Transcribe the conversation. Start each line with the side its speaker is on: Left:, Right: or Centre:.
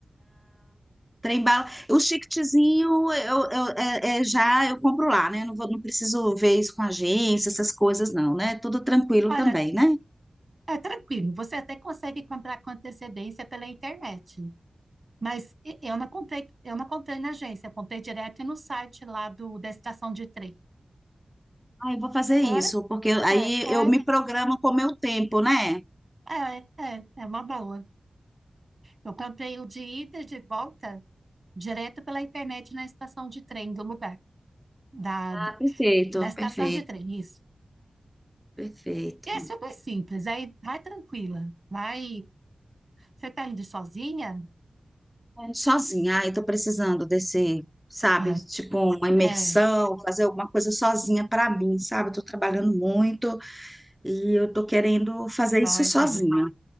Centre: Trem bala. O chiquetezinho eu, eu, é, é, já eu compro lá, né? Não vou, não preciso ver isso com agência, essas coisas não, né? Tudo tranquilo
Right: Olha,
Centre: também, né?
Right: é tranquilo. Você até consegue comprar com antecedência pela internet. Mas e- eu não comprei, eu não comprei na agência, eu comprei direto no site lá do, da estação de trem.
Centre: Ah, eu vou fazer isso,
Right: Ora,
Centre: porque aí
Right: é, ora,
Centre: eu me programo com o meu tempo, né?
Right: é, é, é uma boa. Eu comprei o de ida e de volta direto pela internet na estação de trem do lugar, da,
Centre: Ah, perfeito,
Right: da estação
Centre: perfeito,
Right: de trem, isso.
Centre: perfeito.
Right: E é super simples, aí vai tranquila, vai. Você tá indo sozinha?
Centre: Sozinha, ai, tô precisando desse, sabe,
Right: Ah,
Centre: tipo uma imersão,
Right: É,
Centre: fazer alguma coisa sozinha para mim, sabe? Tô trabalhando muito e eu tô querendo fazer
Right: pode.
Centre: isso sozinha,